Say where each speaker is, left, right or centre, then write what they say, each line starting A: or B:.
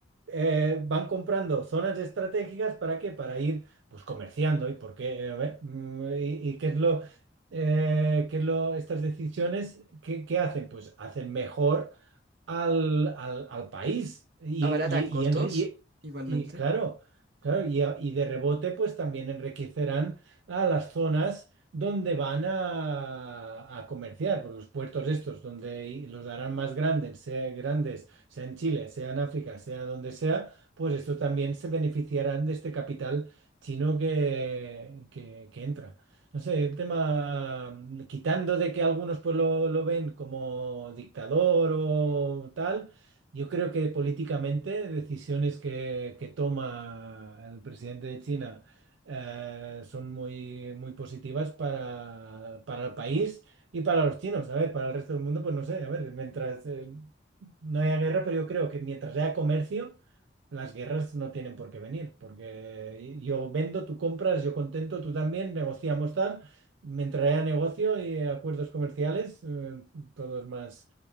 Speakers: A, on the right; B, on the right.
A: eh, van comprando zonas estratégicas para qué, para ir pues comerciando y por qué, Eh, a ver, mm, y, y qué es lo, eh, qué es lo, estas decisiones, ¿qué, qué hacen? Pues hacen mejor al, al, al país. Y,
B: Abaratan
A: y, y,
B: costos,
A: enri- y-
B: igualmente.
A: y claro, claro, y, a- y de rebote, pues también enriquecerán a las zonas donde van a, a comerciar, por los puertos estos, donde i- los harán más grandes, sea grandes, sea en Chile, sea en África, sea donde sea, pues esto también se beneficiarán de este capital chino que, que, que entra. No sé, el tema, mm, quitando de que algunos pues lo, lo ven como dictador o tal, yo creo que políticamente decisiones que, que toma el presidente de China eh, son muy, muy positivas para, para el país y para los chinos. A ver, para el resto del mundo, pues no sé, a ver, mientras eh, no haya guerra, pero yo creo que mientras haya comercio las guerras no tienen por qué venir, porque yo vendo, tú compras, yo contento, tú también, negociamos tal, mientras haya negocio y acuerdos comerciales, eh, todo es más,